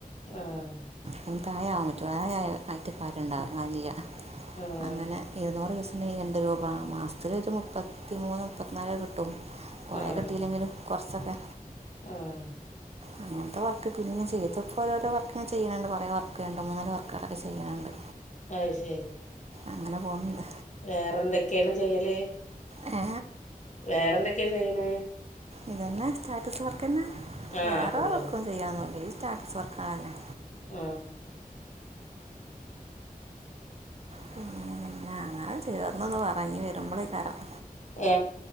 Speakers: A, on the left (about 50°); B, on the right (about 45°).
A: ആഹ്
B: അങ്ങന താഴെ ആകൻ പറ്റോ താഴെ ആയിട്ട് കാര്യം ഉണ്ടാവുക അ ചെയ്യുക
A: ആഹ്
B: അങ്ങനെ ഇരുന്നൂറ് ദിവസം അന്ന് രണ്ട് രൂപ മാസത്തിലൊരു മുപ്പത്തി മൂന്ന് മുപ്പത്തിനാല് കിട്ടും കൊറെേ
A: ആഹ്
B: കിട്ടീയില്ലെങ്കിലും കൊറച്ചൊക്കെ
A: ആഹ്
B: അങ്ങനത്തെ വർക്ക് പിന്നാ ചെയ്തപ്പോ രോരോ വർക്ക് ഞാൻ ചെയ്യണണ്ട് കുറെ വർക്ക് ഉണ്ട് മൂന്നാല് വർക്കുകളൊക്കെ ചെയ്യറിണ്ട്
A: അയ്ശരി
B: അങ്ങനെ പോകുന്നില്ല
A: വേറെ എന്തൊക്കെയാണ് ചെയ്യല്
B: ഏ
A: വേറെന്തൊക്കെയാ ചെയ്യണ്
B: ഇതന്നെ സ്റ്റാറ്റസ് വർക്കതന്നെ
A: ആഹ്
B: വേറൊരുവർക്കും
A: ഫുള്ളും
B: ചെയ്യണില്ല ഈ സ്റ്റാറ്റസ് വർക്ക് ആണ് തന്നെ
A: ആ
B: പിന്നന്നെ അങ്ങനെ ചേർന്നത് പറ ഇനി വരുമ്പോളേ തരാം
A: ഏ